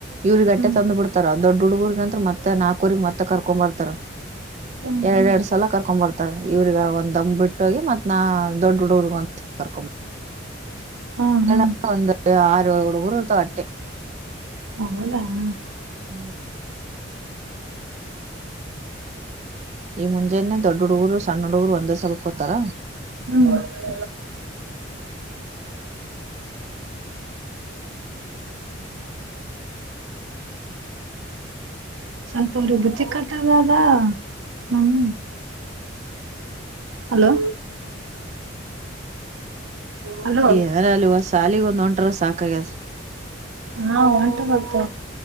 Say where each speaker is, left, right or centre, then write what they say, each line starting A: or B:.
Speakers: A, on the right (about 35°); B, on the right (about 85°).
A: ಇವರುಗಟ್ಟ
B: ಹ್ಮ್
A: ತಂದು ಬಿಡ್ಾರ ದೊಡ್ಡ ಹುಡುಗರ್ಗ ಅಂತ ಮತ್ತೆ ನಾಲ್ಕೂರಿಗೆ ಮತ್ತೆ ಕರ್ಕೊಂಡ್ ಬರ್ತಾರ
B: ಹ್ಮ್
A: ಎರಡ್
B: ಹ್ಮ್
A: ಎರಡ್ ಸಲ ಕರ್ಕೊಂಡ್ ಬರ್ತಾರೆ ಇವ್ರಗ ಒಂದಂಬ್ ಬಿಟ್ಟೋಗಿ ಮತ್ ನಾ ದೊಡ್ಡ ಹುಡುಗರ್ಗ ಕರ್ಕೊಂಡ್ ಬರ್ತಾರಾ
B: ಹಾ ಹಾ
A: ಡ ಒಂದ ಆರು ಅವಳೋಡ ಊರುತ ಅಟ್ಟೆ <unintelligible>
B: ಹೌದಾ ಹ್ಮ್
A: ಹ ಈ ಮುಂಜೆಾನೆ ದೊಡ್ಡ ಹುಡುಗರು ಸಣ್ಣ ಹುಡುಗರು ಒಂದೇ ಸಲ್ಕೋತಾರ
B: ಹ್ಮ್ ಸ್ವಲ್ಪ ಅವ್ರ ಬುತ್ತಿ ಕಟ್ಟದ ಅದ ಮ್ಮ ಹಲೋ ಹಲೋ
A: ಯಾರಲ್ಲಿುವ ಸಾಲಿಗೆ ಒಂದು ಹೊಂಟರ ಸಾಕಾಗ್ಯದು
B: ಹಾ ಒಂಟಾರದು